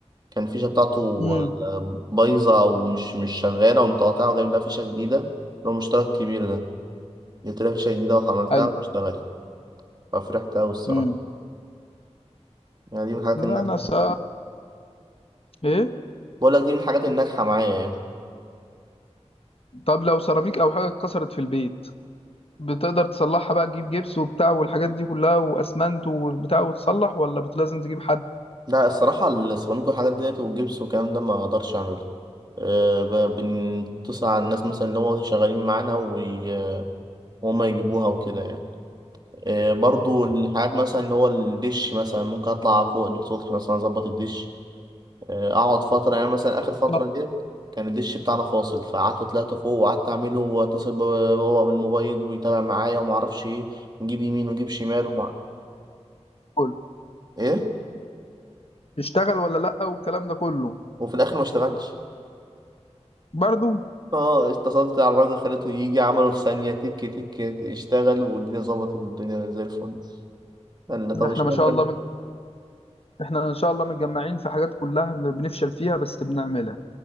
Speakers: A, on the right; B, on the left.
A: كان الفيشه بتاعته
B: مم.
A: آه، بايظه او مش مش شغاله ومتقاطعه وجايب لها فيشه جديده اللي هو مشترك كبير ده جبت لها فيشه جديده وعملتها
B: أيوه
A: واشتغلت ففرحت قوي الصراحه
B: مم.
A: يعني دي من الحاجات
B: لا
A: الناجحه
B: أنا سا... إيه
A: بقول لك دي من الحاجات الناجحه معايا يعني
B: طب لو سيراميك أو حاجة اتكسرت في البيت بتقدر تصلحها بقى تجيب جبس وبتاع والحاجات دي كلها وأسمنت والبتاع وتصلح ولا بت- لازم تجيب حد؟
A: لا الصراحه السيراميك والحاجات ديت والجبس والكلام ده ما اقدرش اعمله أه ب- بنتصل على الناس مثلا اللي هو شغالين معانا وي- وهم يجيبوها وكده يعني آه، برضو الحاجات مثلا اللي هو الدش مثلا ممكن اطلع فوق السطح مثلا اظبط الدش آه، اقعد فتره يعني مثلا اخر فتره
B: آه،
A: ديت كان الدش بتاعنا فاصل فقعدت طلعت فوق وقعدت اعمله واتصل بابا بابا بالموبايل ويتابع معايا وما اعرفش ايه نجيب يمين ونجيب شمال ومع...
B: تشتغل.
A: ايه
B: يشتغل ولا لا والكلام ده كله
A: وفي الاخر ما اشتغلش
B: برضو
A: اه اتصلت على الراجل خليته يجي عمله في ثانيه تك تك اشتغل والدنيا ظبطت والدنيا زي الفل قال لي طب
B: احنا
A: اشمعنى
B: ما شاء الله مج... احنا ان شاء الله متجمعين في حاجات كلها بن- بنفشل فيها بس بنعملها